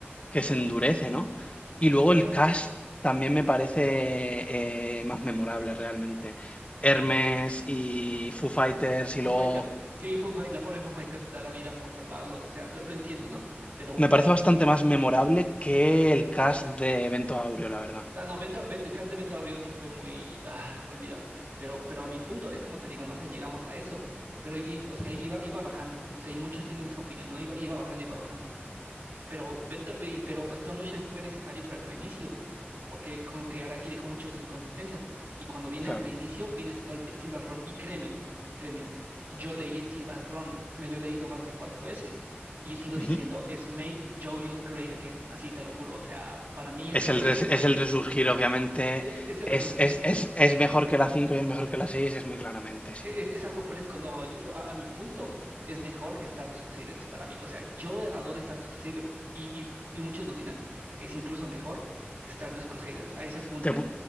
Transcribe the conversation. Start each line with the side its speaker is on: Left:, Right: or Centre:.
Left: que se endurece, ¿no? Y luego
Right: claro.
Left: el cast también me parece eh, más memorable realmente. Hermes y Foo Fighters y
Right: Foo
Left: luego
Right: Fighters, sí, Foo Fight- la pobre Foo Fighters da la vida por salvarlos, o sea, lo, lo entiendo, ¿no? Pero,
Left: Me parece bastante más memorable que el cast de Evento Aureo, la verdad.
Right: ah, no, Venta- Ven- el caso de Ventaurio sí fue muy, ah, olvídalo. Pero, pero a mi punto, es como te digo, ¿no? O sea, llegamos a eso, pero, y, o sea, iba, iba bajando, o sea, y muchos tienen esa opinión, ¿no? Iba, iba bajando, iba bajando. Pero, Bento- y- pero Stone Ocean fue necesario para el reinicio, porque como que Araki dejó muchas inconsistencias. Y cuando viene
Left: Claro.
Right: el reinicio, viene Stol- Steel Ball Run. Y créeme, créeme, yo leí Steel Ball Run, me lo he leído más de cuatro veces. Y yo sigo
Left: Ujú.
Right: diciendo, es Make JoJo's Great Again. Así te lo juro. O sea, para mí es,
Left: Es
Right: es,
Left: el,
Right: es
Left: res-
Right: el,
Left: es el resurgir, obviamente.
Right: e- e, es el
Left: Es,
Right: resurgir
Left: es- es- es mejor que la 5 y es mejor que la 6 es muy claramente, sí.
Right: e- e-, es, algo fresco, no, yo- a, a mi punto es mejor que Stardust Crusaders para mí. O sea, yo adoro Stardust Crusaders y, y- y muchos lo dirán, es incluso mejor que Stardust Crusaders a ese punto.
Left: Te, pu-